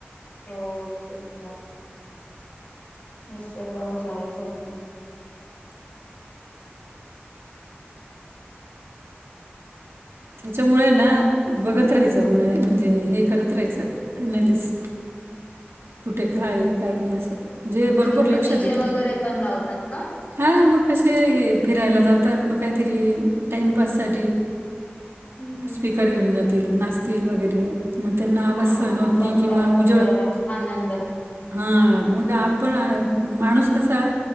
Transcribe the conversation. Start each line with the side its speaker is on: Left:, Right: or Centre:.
Left: हो ते चालेल निसर्गावरच आहे सगळं
Right: त्याच्यामुळे ना बघत राहायचं म्हणजे हे करत राहायचं अनालिस कुठे, काय काही नाही असं. जे
Left: मग
Right: बरोबर
Left: तिकडे
Right: लक्षात
Left: डीजे
Right: येत,
Left: वगैरे पण लावतात का?
Right: हा मग कसे हे फिरायला जातात, मग काहीतरी टाइमपाससाठी
Left: हम्म
Right: स्पीकर घेऊन जातील नाचतील वगैरे, मग त्यांना आवाज
Left: हा
Right: सहण होत,
Left: बघता
Right: नाही किंवा
Left: बघता
Right: उजळ,
Left: जरा आनंद
Right: हा मग आपण माणूस कसा,